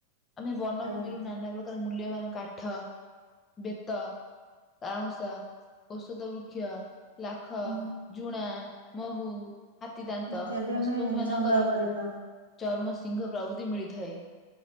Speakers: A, on the left; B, on the right.
A: ଆମେ ବନଭୂମି
B: ଆଜ୍ଞା।
A: ରୁ ନାନା ର ଙ୍କର୍ ମୂଲ୍ୟବାନ କାଠ ବେତ ବାଉଁଶ ଔଷଧ ବୃ ବୃକ୍ଷ୍ୟ, ଲାଖ,
B: ଉଁ
A: ଝୁଣା, ମହୁ ହାତୀ ଦାନ୍ତ
B: ଇତ୍ୟାଦି
A: ପଶୁପକ୍ଷୀ
B: ଆମେ
A: ମାନଙ୍କର
B: ସଂଗ୍ରହ କରିଥାଉ।
A: ଚର୍ମ ସିଂହ ପ୍ରଭୃତି ମିଳିଥାଏ।